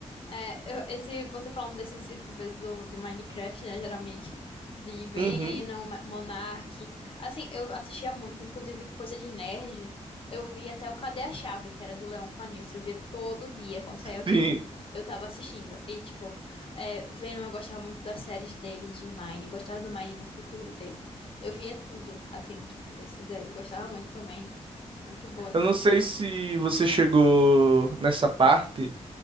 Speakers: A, on the left; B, on the right.
A: É, eu- esse, você falando desses youtubers do, do Minecraft, né, geralmente, de Venom,
B: Uhum,
A: Ma- Monark, assim, eu assistia muito, inclusive coisa de nerd, eu via até o Cadê a Chave, que era do Leão com a Nilce, eu via todo dia quando saía vídeo,
B: sim.
A: eu tava assistindo, e tipo, é, Venom eu gostava muito das séries dele de Mine, gostava do Mine no futuro dele, eu via tudo, assim, tipo, desses aí, eu gostava muito também, muito boa
B: Eu não sei se você chegou nessa parte,